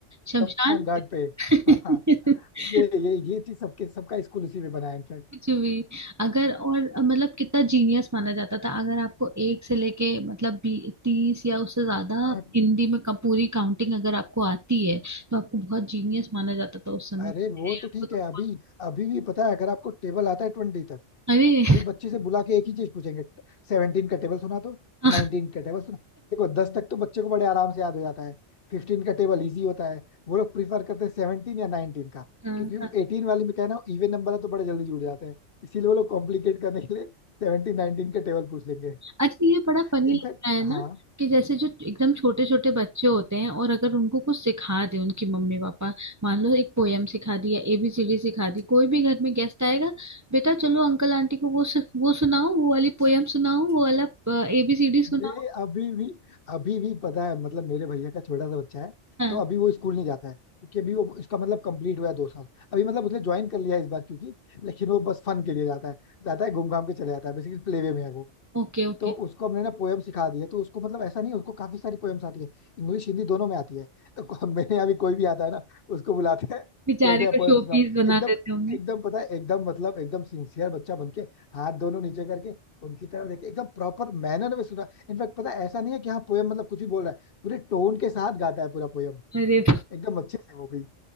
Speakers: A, on the right; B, on the left.
A: शमशान
B: शमशान घाट
A: पे
B: पे
A: <laughs>
B: हाँ ये ये ये चीज सबके सबका स्कूल इसी में बना है इनफैक्ट
A: कुछ भी अगर और मतलब कितना जीनियस माना जाता था अगर आपको एक से लेके मतलब बी तीस या उससे ज्यादा
B: हाँ
A: हिंदी में का, पूरी काउंटिंग अगर आपको आती है तो आपको बहुत जीनियस माना जाता था उस समय
B: अरे
A: अरे,
B: वो तो
A: आपको
B: ठीक
A: तो
B: है
A: बहुत
B: अभी अभी भी पता है अगर आपको टेबल आता है ट्वेंटी
A: अरे
B: अभी बच्चे से बुला के एक ही चीज पूछेंगे सेवनटीन का टेबल सुना तो
A: <laughs> हाँ
B: नाइनटीन का टेबल सुना देखो दस तक तो बच्चे को बड़े आराम से याद हो जाता है फिफ्टीन का टेबल इजी होता है वो लोग प्रीफर करते हैं सेवनटीन या नाइनटीन का
A: हाँ,
B: क्योंकि
A: हाँ,
B: एटीन वाले में कहना इवन नंबर है तो बड़े जल्दी जुड़ जाते हैं इसीलिए वो लोग कॉम्प्लिकेट करने के लिए सेवनटीन नाइनटीन का टेबल पूछ लेंगे
A: अच्छा ये बड़ा फनी
B: इनफैक्ट
A: लगता है ना
B: हाँ
A: कि जैसे जो एकदम छोटे छोटे बच्चे होते हैं और अगर उनको कुछ सिखा दे उनकी मम्मी पापा मान लो एक पोयम सिखा दी या एबीसीडी सिखा दी कोई भी घर में गेस्ट आएगा बेटा चलो अंकल आंटी को वो सु, वो सुनाओ वो वाली पोयम सुनाओ वो वाला एबीसीडी सुनाओ
B: ये अभी भी अभी भी पता है मतलब मेरे भैया का छोटा सा बच्चा है
A: हाँ
B: तो अभी वो स्कूल नहीं जाता है क्योंकि अभी वो इसका मतलब कंप्लीट हुआ है दो साल अभी मतलब उसने ज्वाइन कर लिया है इस बार क्योंकि लेकिन वो बस फन के लिए जाता है जाता है घूम घाम के चले जाता है बेसिकली प्ले वे में है वो
A: Okay okay
B: तो उसको हमने ना पोएम सिखा दी है तो उसको मतलब ऐसा नहीं है, उसको काफी सारी पोएम्स आती है इंग्लिश हिंदी दोनों में आती है तो को- <laughs> मेरे यहाँ भी कोई भी आता है ना उसको बुलाते हैं
A: बेचारे
B: बोलते हैं
A: को
B: पोएम
A: शो
B: सुनाओ
A: पीस बना
B: एकदम
A: देते होंगे
B: एकदम पता है एकदम मतलब एकदम सिंसियर बच्चा बन के हाथ दोनों नीचे करके उनकी तरफ देखे एकदम प्रॉपर मैनर में सुना इनफैक्ट पता है ऐसा नहीं है कि हाँ पोएम मतलब कुछ भी बोल रहा है पूरे टोन के साथ गाता है पूरा पोएम
A: अरे
B: एकदम अच्छे से वो भी